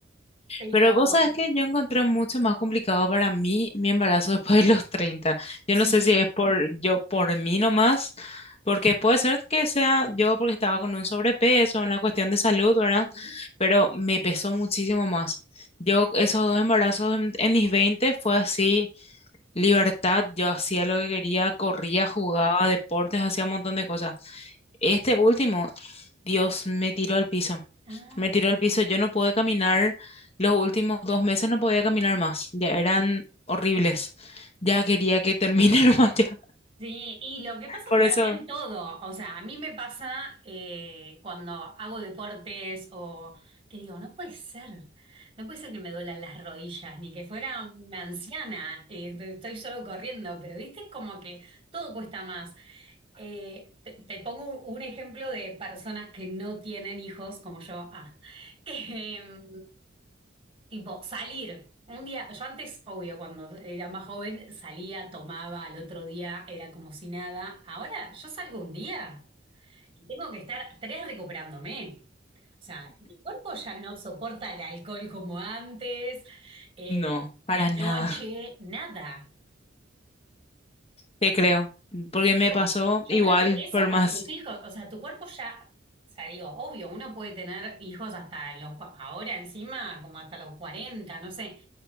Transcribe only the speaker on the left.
Pero vos sabes que yo encontré mucho más complicado para mí mi embarazo <laughs> después de los treinta Yo
no sé si es por yo, por mí nomás, porque puede ser que sea yo porque estaba con un sobrepeso, una cuestión de salud, ¿verdad?
Pero me pesó muchísimo más. Yo, esos dos embarazos en, en mis 20 fue así, libertad, yo hacía lo que quería, corría, jugaba deportes, hacía un montón de cosas. Este último, Dios, me tiró al piso.
Me tiró al piso. Yo no pude caminar. Los últimos dos meses no podía caminar más. Ya eran horribles. Ya quería que termine <laughs> nomás ya.
Por
eso,
no, para
nada.
Te creo. Porque me
pasó
igual,
por
más.